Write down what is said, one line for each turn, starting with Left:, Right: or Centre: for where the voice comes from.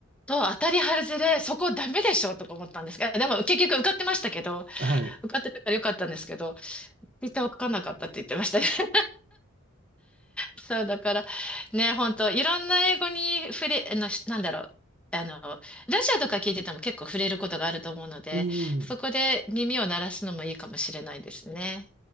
Centre: と、当たり外れ、そこダメでしょとか思ったんですけど、でも結局受かってましたけど、
Right: はい。
Centre: 受かってたからよかったんですけど、絶対受かんなかったって言ってましたね。そう、だから、ね、本当いろんな英語に触れ、あの、しなんだろう。あの、ラジオとか聞いてても結構触れることがあると思うので、
Right: うん。
Centre: そこで耳を鳴らすのもいいかもしれないですね。